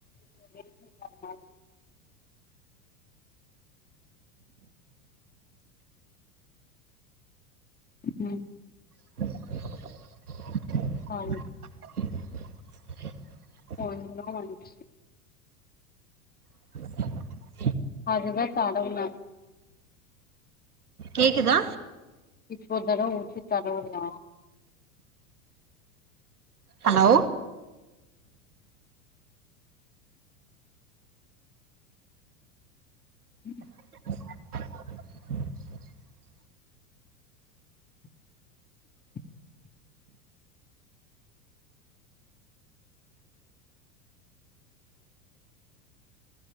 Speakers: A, on the left (about 20°); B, on the right (about 80°).
A: <inaudible> ம்
B: <unintelligible>
A: ன்
B: <inaudible>
A: ஒன்னு வந்ச்சு
B: <unintelligible>
A: அதுதா தடம்ன
B: கேக்குதா
A: இப்ப அதலா ஊத்தி தடவனு
B: ஹலோ
A: ம்
B: <unintelligible>
A: <unintelligible>